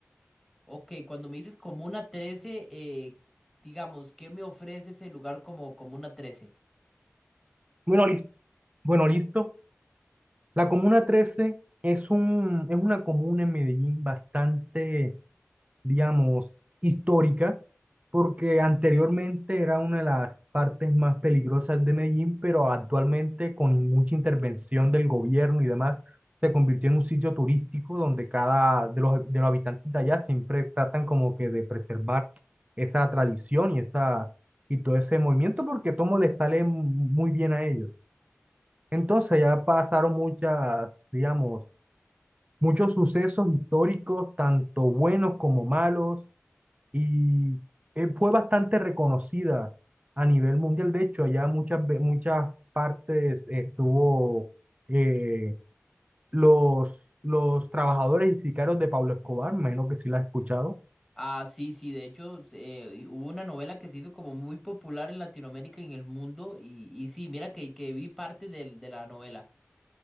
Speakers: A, in the centre; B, on the right (about 30°).
A: Ok, cuando me dices Comuna 13, eh, digamos, ¿qué me ofrece ese lugar como Comuna trece
B: Bueno, listo. Bueno, listo. La Comuna 13 es un, es una comuna en Medellín bastante digamos, histórica, porque anteriormente era una de las partes más peligrosas de Medellín, pero actualmente con mucha intervención del gobierno y demás, se convirtió en un sitio turístico donde cada de los, de los habitantes de allá siempre tratan como que de preservar esa tradición y, esa, y todo ese movimiento porque todo les sale muy bien a ellos. Entonces ya pasaron muchas, digamos, muchos sucesos históricos, tanto buenos como malos y eh, fue bastante reconocida a nivel mundial. De hecho, allá muchas, ve- muchas partes estuvo eh, los, los trabajadores y sicarios de Pablo Escobar, me imagino que sí la has escuchado.
A: Ah, sí, sí, de hecho, eh, y hubo una novela que se hizo como muy popular en Latinoamérica y en el mundo, y, y sí, mira que, que vi parte del- de la novela.